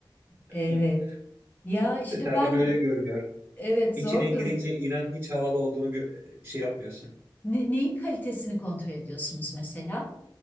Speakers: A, on the right (about 20°); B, on the left (about 20°).
A: <laughs>
B: Evet. Ya işte
A: Dışarıdan
B: ben
A: öyle görünüyor.
B: evet
A: İçine
B: zordur.
A: girince inan hiç havalı olduğunu gö- e, şey yapmıyorsun.
B: Ne, neyin kalitesini kontrol ediyorsunuz mesela?